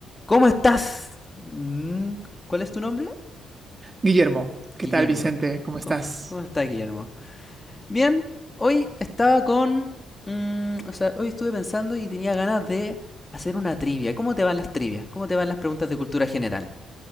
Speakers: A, on the left (about 20°); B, on the right (about 25°).
A: ¿Cómo estás? Mm, ¿Cuál es tu nombre?
B: Guillermo, ¿qué
A: Guillermo.
B: tal, Vicente? ¿Cómo estás?
A: ¿Cómo, cómo estás, Guillermo? Bien, hoy estaba con... mm, o sea, hoy estuve pensando y tenía ganas de hacer una trivia. ¿Cómo te van las trivias? ¿Cómo te van las preguntas de cultura general?